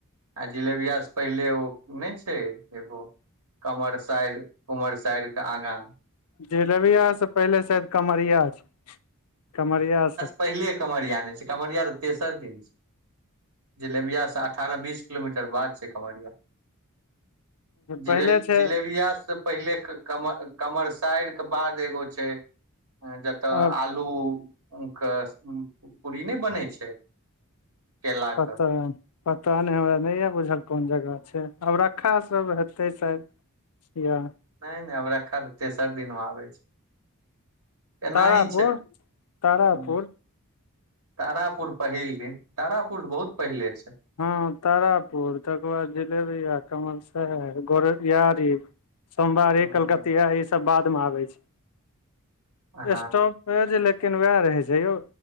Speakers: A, on the right; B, on the left.
A: आ जिलेबियास से पहिले ओ नहि छै एगो कमरसइर के आगाँ
B: जिलेबिया से पहिले शायद कमरिया छै कमरिया से
A: पहिले कमरिया नइ छै कवरिया तऽ तेसर दिन छै जिलेबिया सँ अठारह बीस किलोमीटर एकर बाद छै जीबेली
B: पहिले छै
A: जिलबिया सँ पहिले कमर - कमरसाइर केँ बाद एगो छै जतऽ आ
B: आब
A: लू कऽ पूड़री नय बनै छै केला
B: कतऽ
A: के
B: पता नय हमरा नय बुझल कोन जगह छै अबरखा सब हेतै साइद या
A: नय नय अबरखा तऽ तेसर दिन मऽ आबै छै एनाही
B: तारापुर
A: छै हुँ
B: तारापुर
A: तारापुर पहिल दिन तारापुर बहुत पहिले छै
B: हँ तारापुर तकर बाद जिलेबिया कमलसाइर गोरयारी सोमवारी
A: हँ
B: कलकतिया ई सब बाद मे आबे छै
A: हँ
B: स्टव ओहो जे लेकिन वैह रहै छै यौ